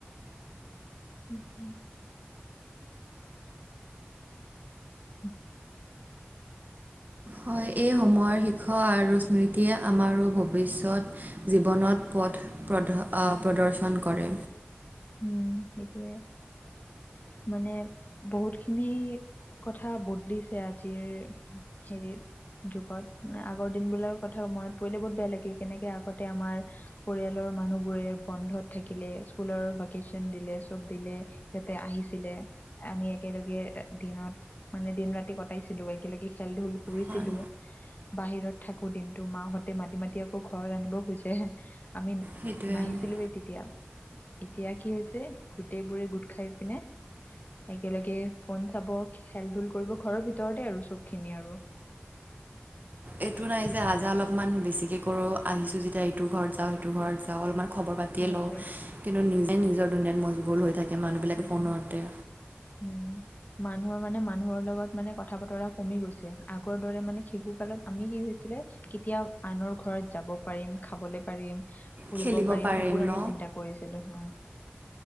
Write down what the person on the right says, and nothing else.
হয়, এই সময়ৰ শিক্ষা আৰু স্মৃতিয়ে আমাৰো ভৱিষ্যত জীৱনত পথ, পদ প্ৰদৰ্শন কৰে।
হয়,
সেইটোৱে।
এইটো নাই আ' অলপমান বেছিকৈ কৰোঁ। আহিছোঁ যেতিয়া এইটো ঘৰত যাওঁ, সেইটো ঘৰত যাওঁ অলপমান খবৰ পাতি
লওঁ। কিন্তু নিজে নিজৰ দুুনীয়াত মজ মগন হৈ থাকে। সেই মানুহবিলাকে
ফোনতে
খেলিব
ন